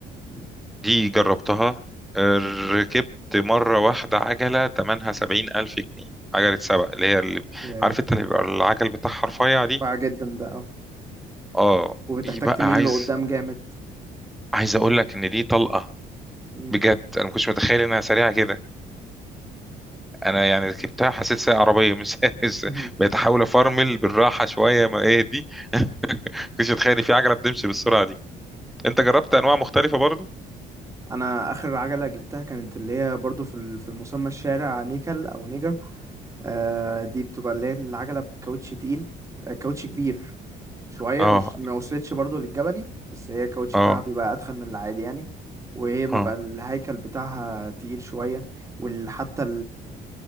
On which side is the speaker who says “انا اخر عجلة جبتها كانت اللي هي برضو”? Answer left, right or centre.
Right